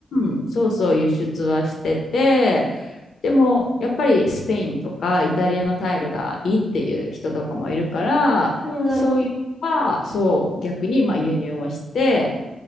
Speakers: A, on the left (about 65°); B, on the left (about 20°).
A: うん、そうそう輸出はしてて、でも、やっぱりスペインとかイタリアのタイルがいいっていう人とかもいるから、
B: うん、なるほど。
A: そういうのは、そう、逆にまあ輸入をして、